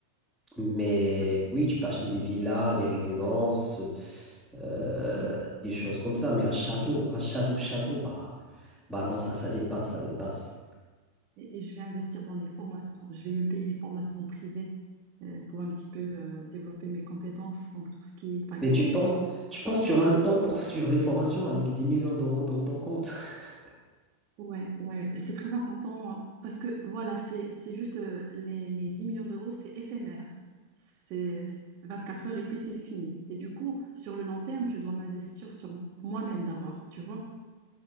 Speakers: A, in the centre; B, on the right.
A: Mais
B: Ça,
A: oui, tu peux acheter des villas, des résidences, euh,
B: c'est-
A: des choses comme ça. Mais un château, un château, château, bah, bah non, ça, ça dépasse, ça dépasse.
B: et, et je vais investir dans les formations. Je vais me payer les formations privées euh, pour un petit peu euh, développer mes compétences. Donc, tout ce qui est, par exemple,
A: Mais tu penses, tu penses que tu auras le temps pour suivre les formations avec 10 millions d'euros dans ton compte? <laughs>
B: ouais, ouais, c'est très important euh, parce que voilà, c'est, c'est juste euh, les, les 10 millions d'euros, c'est éphémère. C'est 24 heures et puis c'est fini. Et du coup, sur le long terme, je dois m'investir sur moi-même d'abord, tu vois.